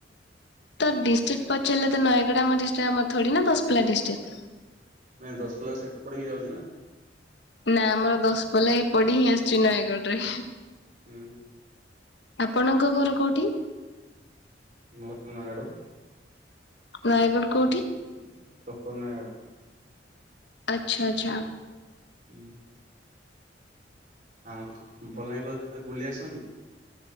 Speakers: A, on the left (about 70°); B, on the right (about 50°).
A: ତ ଡିଷ୍ଟ୍ରିକ୍ ପଚାରିଲେ ତ ନୟାଗଡ଼ ଆମ ଡିଷ୍ଟ୍ରିକ୍ ଆମର ଥୋଡ଼ି ନା ଦଶପଲା ଆମ ଡିଷ୍ଟ୍ରିକ୍।
B: ନାଇଁ ଦଶପଲା ସେପଟେ ବି ଯାଉଛି ନା।
A: ନା ଆମର ଦଶପଲା ଏପଟେ ହିଁ ଆଶୁଛି ନୟାଗଡ଼ରେ
B: ହୁଁ।
A: ଆପଣଙ୍କ ଘର କୋଉଠି?
B: <unintelligible> ନୟାଗଡ଼।
A: ନୟାଗଡ଼ କୋଉଠି?
B: ହୁଁ ତପ ନା
A: ଆଚ୍ଛା ଆଚ୍ଛା।
B: ହୁଁ। ଆଉ ଭଲାଙ୍ଗୀ ଆଡ଼େ ବୁଲି ଆସଛନ୍ତି।